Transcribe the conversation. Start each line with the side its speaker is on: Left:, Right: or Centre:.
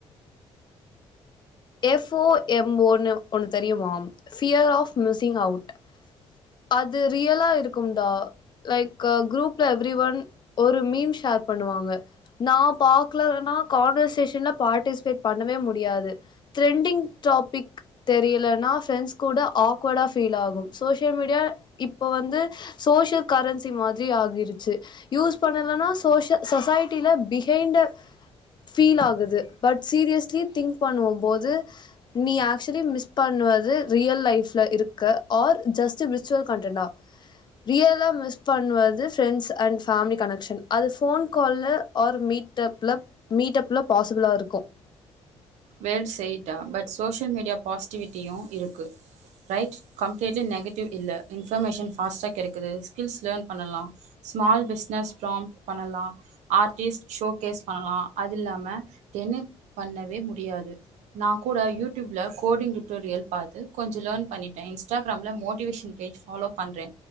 Left: F O M ஓனு ஒண்ணு தெரியுமா ஃபியர் ஆஃப் மிஸிங் அவுட் அது ரியலா இருக்கும்டா லைக் குரூப்ல எவ்ரி ஒன் ஒரு மீம் ஷேர் பண்ணுவாங்க நா பாக்கலனா கான்வர்சேஷன்ல பார்ட்டிசிபேட் பண்ணவே முடியாது திரெண்டிங் டாபிக் தெரியலன்னா ஃப்ரெண்ட்ஸ் கூட ஆக்வர்டா ஃபீல் ஆகு சோஷ் தி மீடியா இப்ப வந்து சோசியல் கரன்சி மாதிரி ஆகிருச்சி யூஸ் பண்ணலனா சோஷி சொசைட்டில பிஹைண்ட்ட ஃபீல் ஆகுது பட் சீரியஸ்லி திங்க் பண்ணுவும் போது நீ ஆக்சுவலி மிஸ் பண்ணுவது ரியல் லைஃப்ல இருக்க ஆர் ஜஸ்ட் விர்ச்சுவல் கண்டடென்டா ரியலா மிஸ் பண்ணுவது ஃப்ரெண்ட்ஸ் அண்ட் பேமிலி கனெக்ஷன் அது ஃபோன் கால்ல ஆர் மீட் அப்ல மீட் அப்ல பாசிபிளா இருக்கு
Right: வேல் செய்டா பட் சோசியல் மீடியா பாசிட்டிவிட்டியு இருக்கு ரைட் கம்ப்ளீ்ட்லி நெகட்டிவ் இல்ல இன்ஃபர்மேஷன் ஃபாஸ்டா கெடக்குது ஸ்கில்ஸ் லேர்ன் பண்ணலா ஸ்மால் பிசினஸ் ப்ராம்ப் பண்ணலா ஆர்ட்டிஸ்ட் ஷோ கேஸ் பண்ணலா அது இல்லாம தெனே பண்ணவே மு ரியாது நா கூட யூடியூப்ல கோடிங் டூட்டோரியல் பாத்து கொஞ்ச லர்ன் பண்ணிட்டே இன்ஷ் இன்ஸ்டாகிராம்ல மோட்டிவேஷன் பேஜ் ஃபாலோ பண்ற